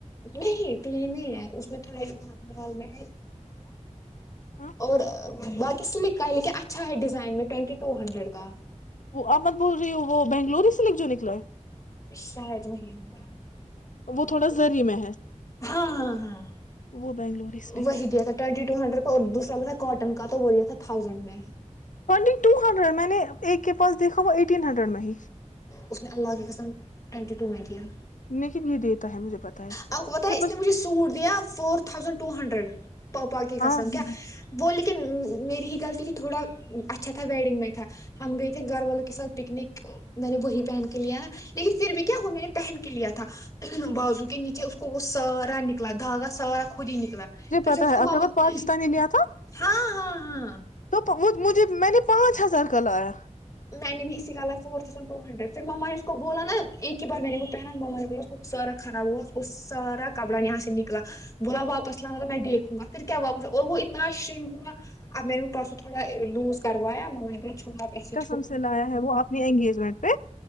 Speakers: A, on the left (about 25°); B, on the left (about 85°).
A: نہیں پلین ہی ہے اس میں تھوڑاال میں ہے
B: ہے
A: اور باقی سلک کا ہے لیکن اچھا ہے ڈیزائن میں ٹوینٹی ٹو ہنڈریڈ کا
B: وہ احمد بول رہی ہ وہ بنگلور ہی سے لے جو نکلا ہے
A: شاید وہی ہوگا
B: وہ تھوڑا ضری م ہے
A: ہاں ہاں ہاں
B: وہ بنگلوری سلک
A: وہی
B: ہے
A: دیا تھا ٹینٹی ٹو ہنڈریڈ اور دوسرا تھا کاٹن کا تو وہ یہ تھاؤزینڈ میں
B: ٹونٹی ٹو ہنڈریڈ میں نے ایک کے پاس دیکھا وہ ایٹین ہنڈریڈ میں ہی
A: اس میں اللہ ہی گسم ٹوینٹی ٹو میںٹییا
B: لیکت یہ دیتا ہے مجھے پتا ہے اس
A: آپ کو بتا
B: پھر
A: اس
B: مجھ
A: نے مجھے سوٹ دیا فور تھاؤزینڈ ٹو ہنڈریڈ پاؤپا کی
B: ہاں
A: قسم
B: مجھے
A: کیا وہ لکھ میری ہی غلط کہ تھوڑا اچھا تھا ویڈنگ میں تھا ہم گئے تھے گھر والوں کے ساتھ پکنک میں نے وہی پہن کے لیا نا لیکن پھر بھی کیا ہو میں نے پہن کے لیا تھا بازو کے ن کہ اس کو وہ سارا نکلا دھاگا سارا نکلا پھر
B: پتا
A: جب
B: ہے
A: کو
B: آپ
A: ماما
B: نے بہت پاکستانی لیا
A: ہاں ہاں ہاں
B: تو وہ مجھے میں نے پانچ ہزار کا لایا
A: میں نے بھی اسی کالا فور تھازینڈ ٹ ہنڈریڈ پھر مما نے اس کو بولا نا ایک ہی بار میں نے وہ پہنا مما نے بولا سارا خراب ہوا سارا کپڑا یہاں سے نکلا بولا واپس لا میں دیک وں گا پھر کیا واپس اور وہ اتنا شنگ ہوا اب میں نے پرسوں تھوڑا لوز کروایا چ مب ای
B: سم سے لایا ہے وہ اپنی انگیجمنٹ پہ